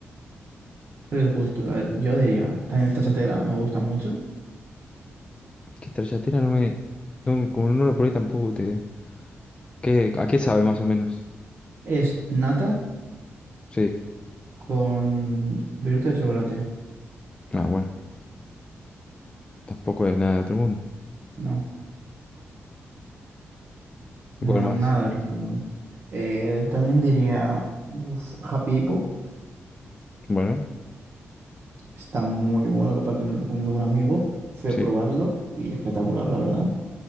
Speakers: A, on the right; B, on the left.
A: Tres gustos. A ver, yo diría, también esta chatera, me gusta mucho.
B: Que stracciatella no me... no, como no lo probé tampoco te... ¿Qué, a qué sabe más o menos?
A: Es nata
B: Sí.
A: con viruta de chocolate.
B: Ah, bueno. Tampoco es nada de otro mundo.
A: No.
B: Igual
A: No,
B: más?
A: nada del otro mundo. Eh, también diría, uf, Happy Hippo,
B: Bueno,
A: está muy bueno, que aparte me lo recomendó un amigo, fui
B: sí,
A: a probarlo y espectacular, la verdad.